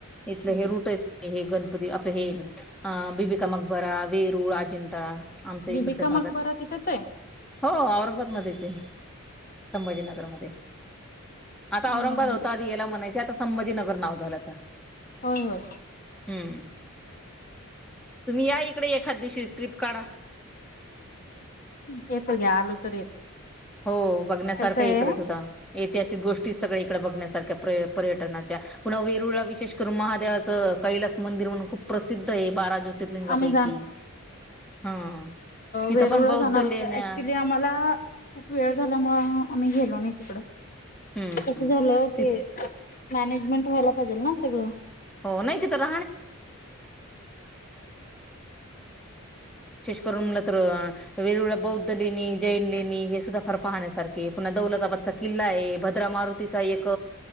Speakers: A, in the centre; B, on the left.
A: इथलं
B: आम्ही
A: हे रुटच हे गण आप हे अ बीबिका मकबरा वेरू राजजिंट आमच्या इकडच्या
B: बिबिका
A: भागात
B: मकबरा तिथंच आहे
A: हो औरंगाबादमध्येध्येच संभाजीनगरमध्ये आता औरंगबाद
B: नाही
A: होता आध याला म्हणायचे आता संभाजीनर नाव झालं आता
B: होय ह
A: हम्म तुम्ही या इकडे एखाद दिवशी ट्रिप काढा
B: येतो घ्या आलो तर येतो
A: हो बघण्यासारखं
B: कसं आहे
A: इकडे सुद्धा ऐतिहासिक गोष्टी सगळ इकड बघण्यासारख्या पर्यटना पुन्हा वेरुळ विशेष करून महादेव कैलास मंदिर म्हणून खूप प्रसिद्ध आहे बारा ज्योतिर्लिंगापैकी
B: आम्ही
A: हा तिथं
B: वेरुळ
A: पण बौद्ध
B: ला जाणार
A: लेण्या
B: होत ऍक्च्युली आम्हाला खूप वेळ झाल्यामुळ आम्ही गेलो नाही तिकडं
A: हम्म
B: कस झालं ते
A: तिथं
B: मॅनेजमेंट व्हायला पाहिजेल ना सगळं
A: हो नाही ते तर करूग ला तर वेरूळला बौद्ध लेणी जैन लेणी हे सुधा फार पुन्हा दौलताबाद किल्ला आहे भद्रा मारुतीचा एक